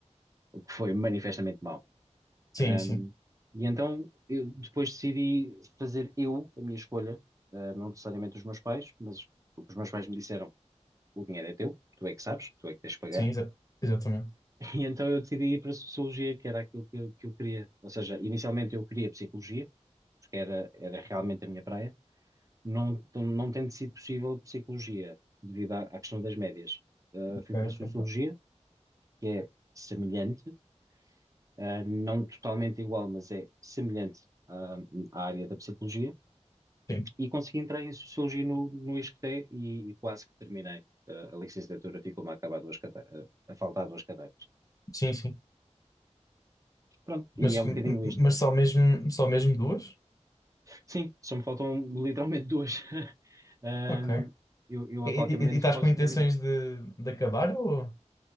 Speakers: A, on the right (about 25°); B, on the left (about 30°).
A: o que foi manifestamente mau.
B: Sim,
A: Ahm,
B: sim.
A: e então eu depois decidi fazer eu a minha escolha, ah, não necessariamente os meus pais, mas o que os meus pais me disseram, o dinheiro é teu, tu é que sabes, tu é que tens de pagar.
B: Sim, exa- exatamente.
A: <laughs> E então eu decidi ir para a Sociologia, que era aquilo que eu, que eu queria. Ou seja, inicialmente eu queria Psicologia, porque era, era realmente a minha praia. não, não tendo sido possível psicologia, devido à, à questão das médias. Uh,
B: Ok,
A: fui para a sociologia,
B: ok.
A: que é semelhante, uh, não totalmente igual, mas é semelhante, uh, à área da psicologia,
B: Sim,
A: e consegui entrar em sociologia no, no ISCTE e, e quase que terminei. Uh, a licenciatura ficou-me a acabar duas cadeiras, a faltar duas cadeiras.
B: sim, sim.
A: Pronto,
B: Mas,
A: e é um
B: m-
A: bocadinho
B: m-
A: isto.
B: mas só mesmo, só mesmo duas?
A: Sim, só me faltam literalmente duas. <laughs> Um,
B: Ok. E,
A: eu, eu
B: e-
A: a qualquer momento
B: e estás
A: posso
B: com intenções
A: terminar.
B: de, de acabar ou...